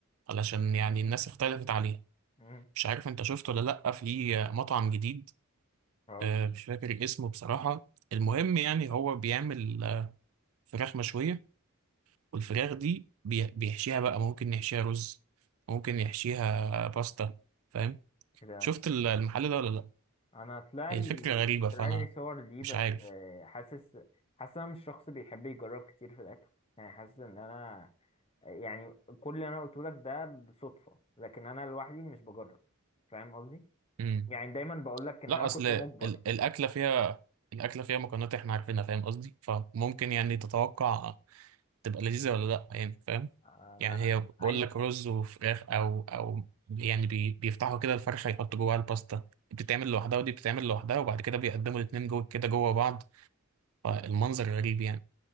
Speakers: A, on the right; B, on the left.
A: علشان
B: مم.
A: يعني الناس اختلفت عليها
B: مم.
A: مش عارف انت شفت ولا لا في مطعم جديد
B: اه
A: آه، مش فاكر اسمه بصراحة المهم يعني هو بيعمل آه، فراخ مشوية والفراخ دي بي- بيحشيها بقى ممكن يحشيها رز ممكن يحشيها باستا فاهم
B: إيه ده
A: شفت ال- المحل ده ولا لا
B: أنا طلع
A: هي
B: لي
A: الفكرة غريبة فأنا
B: طلع لي صور ليه
A: مش
B: بس
A: عارف
B: آه، حاسس حاسس أنا مش شخص بيحب يجرب كتير في الأكل يعني حاسس إن أنا يعني كل اللي انا قلته لك ده بصدفه لكن انا لوحدي مش بجرب فاهم قصدي
A: مم.
B: يعني دايما بقول لك ان
A: لا
B: انا
A: أصل
B: كنت
A: ال-
B: مجبر
A: الأكلة فيها الأكلة فيها مكونات إحنا عارفينها فاهم قصدي فممكن يعني تتوقع تبقى لذيذة ولا لا يعني فاهم
B: انا
A: يعني هي بقول
B: ايوه
A: لك
B: فاهم
A: رز وفراخ او او يعني بي بيفتحوا كده الفرخه يحطوا جواها الباستا دي بتتعمل لوحدها ودي بتتعمل لوحدها وبعد كده بيقدموا الاتنين جوه كده جوه بعض فالمنظر غريب يعني